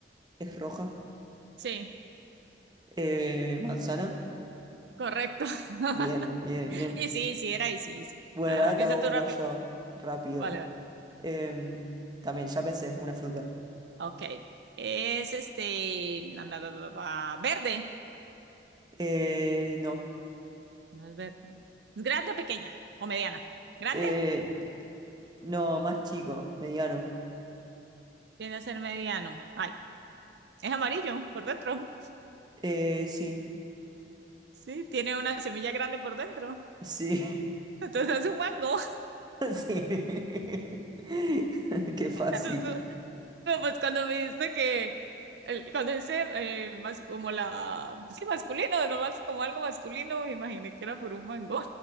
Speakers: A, on the right; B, on the right.
A: es roja,
B: sí,
A: eh, manzana.
B: correcto. <laughs>
A: Bien, bien, bien.
B: Y sí, sí, era y sí, sí.
A: Bueno,
B: Ah,
A: y ahora te
B: piensa
A: hago
B: tú
A: uno
B: rápido.
A: yo, rápido.
B: Vale, vale.
A: Em, también, ya pensé, una fruta.
B: Ok. Es este. na, na, na, na, na, Verde.
A: Eh, no,
B: No es verde. ¿Es grande o pequeña? ¿O mediana? ¿Grande?
A: eh, no, más chico, mediano.
B: Tiene a ser mediano. Ay, es amarillo por dentro.
A: Eh, sí.
B: Sí, tiene una semilla grande por dentro.
A: Sí,
B: Entonces es un mango.
A: <laughs> sí. <laughs> Qué fácil.
B: <laughs> Entonces, no, pues cuando me dice que. el- Cuando dice eh, más como la. Sí, masculino, nomás como algo masculino, me imaginé que era por un mango.